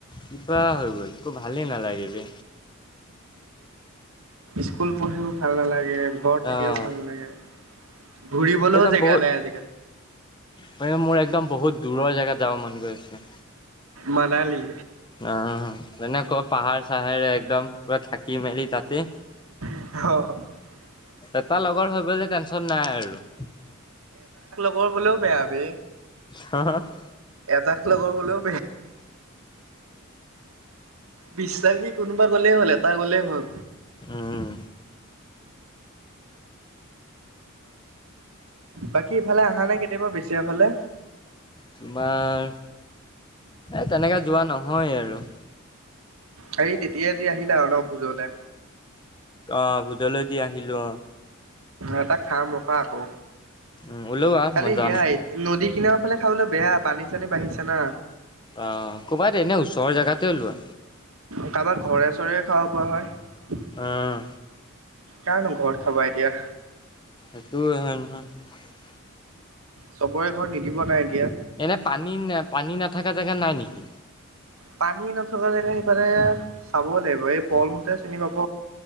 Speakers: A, on the left (about 20°); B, on the right (about 85°).
A: কিবা হৈ গ'ল একো ভালেই নালাগে বে
B: স্কুল পঢ়িও ভাল নালাগে, ঘৰত
A: অ',
B: থাকিও ভাল নালাগে। ঘূৰিবলৈও
A: একদম
B: জেগা
A: বহুত
B: নাই আজিকালি।
A: মানে মোৰ একদম বহুত দূৰৰ জেগাত যাব মন গৈ আছে।
B: মনালি।
A: আহ তেনেক পাহাৰ চাহাৰ একদম পুৰা থাকি মেলি তাতে।
B: অ।
A: এটা লগৰ হৈ গলে টেনচন নাই আৰু।
B: বৰ বোলো বেয়া বে।
A: হা হা <inaudible>
B: এজাক লগৰ গলেও বিশ্বাসী কোন বা, গ'লেই হ'ল এটা গলেই হ'ল।
A: উম।
B: বাকী এইফালে আহানে কেতিয়াবা? বেছেৰীয়া ফালে?
A: তোমাৰ, এই তেনেকৈ যোৱা নহয় আৰু।
B: হেই তেতিয়াই আ যে আহিলা অলপ ভুজলে
A: অ' ভোজলৈ দি আহিলোঁ অহ,
B: এটা খাম ৰখা আকৌ
A: উম, ওলোৱা
B: কালি
A: মই যাম
B: সেয়াই নদী, কিন ফালে খাবলৈ বেয়া পানী চানী বাঢ়িছে না।
A: অ', ক'বাত এনেই ওচৰৰ জেগাতে ওলোৱা।
B: কাৰবাৰ ঘৰে, চৰে খাব পৰা হয়।
A: উম,
B: কাৰনো ঘৰত খাবা এতিয়া?
A: <unintelligible>
B: চবৰে ঘৰত নিদিব নাই এতিয়া
A: এনে পানী-পানী নাথাকা জেগা নাই নিকি?
B: পানী নথকা যেকে সিফালে চাব লাগিব, এই পল হতে চিনি পাব।